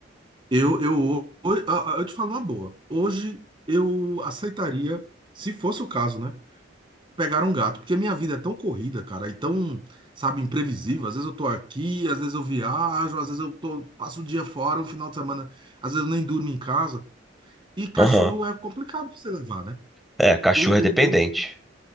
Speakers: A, on the right; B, in the centre.
A: eu, eu, ho- ho- ah, ah, eu te falo uma boa. Hoje eu aceitaria, se fosse o caso, né? pegar um gato, porque a minha vida é tão corrida, cara, e tão, sabe, imprevisível. Às vezes eu tô aqui, às vezes eu viajo, às vezes eu tô, passo o dia fora, o final de semana, às vezes eu nem durmo em casa. E cachorro
B: Aham.
A: é complicado pra você levar, né?
B: É, cachorro
A: O, o,
B: é dependente.